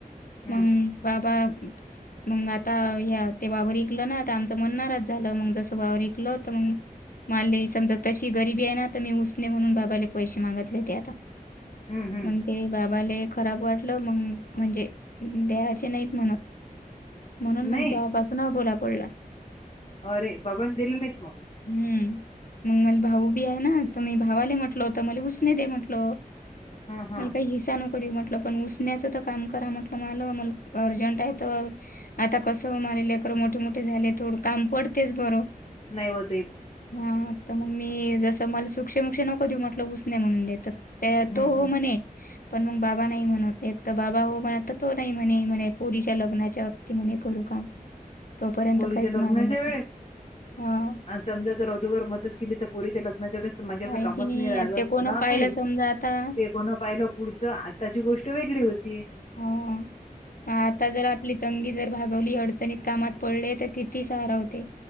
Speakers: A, on the left; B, on the left.
A: हं,
B: मग बा बा अंम. मग आता या ते वावर विकलं ना आता आमचं मन नाराज झालं मग जसं वावर विकल त मग माले समजा तशी गरिबी आहे ना तर मी उसणे म्हणून बाबाला पैशे मागतले ते आता
A: हं, हं.
B: मग ते बाबाले खराब वाटलं मग म्हणजे दयाचे नाहीत म्हणत म्हणून मग
A: नाही?
B: तेव्हापासून आबोला पडला.
A: अरे बाबा दिल नाइत तवा
B: हम्म मग मला भाऊ बी आहे ना तर मी भावाले म्हटल होत मला उसने दे म्हटल.
A: हां, हां.
B: मला काही हिस्सा नक को देऊ म्हटलं पण उसण्याचं त काम करा म्हटलं माला मल अर्जंट आहे तर आता कसं हो माले लेकरं मोठे मोठे झाले थोडं काम पडतेच बरं
A: नाही होत
B: हा तर मग मी जसं मला सुक्षशेमुकक्ष नको देऊ म्हटलं उसणे म्हणून देत. त्या
A: हं,
B: तो
A: हं.
B: म्हणे. पण मग बाबा नाही म्हणवते एक तर बाबा हो म्हण आता तो नाही म्हणे म्हणे पुरीच्या लग्नाच्या त म्ह करू काम तोपर्यंत
A: पोरीच्या
B: काहीच मागू
A: लग्नाच्या
B: नको
A: वेळेस
B: हा.
A: आणि समजा जर अदोगर मदत केली तर पोरीच्या लग्नाच्या वेळेस तर म माग्याच
B: आहे
A: कामच
B: की
A: नाही राहिलं
B: आता ते
A: असतं
B: कोणं
A: ना आताही
B: पाहिलं समजा आता.
A: ते कोण पाहिलं पुढचं आताची गोष्ट वेगळी होतीय.
B: ह आता जरा आपली तंगी जर भागवली अडचणीत कामात पडले तर किती सहारा होते.